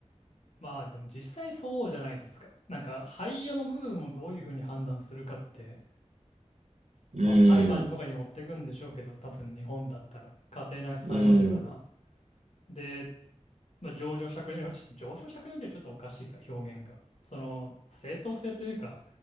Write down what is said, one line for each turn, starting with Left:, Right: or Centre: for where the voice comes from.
Left: まあでも実際そうじゃないですか。なんか廃油の部分をどういうふうに判断するかって、
Right: うーん、
Left: まあ裁判とかに持ってくんでしょうけど、多分日本だったら家庭内裁判所かな。
Right: うーん、
Left: で、まあ、情状酌量、<laughs> ちょっと情状酌量じゃちょっとおかしいか、表現が。その正当性というか、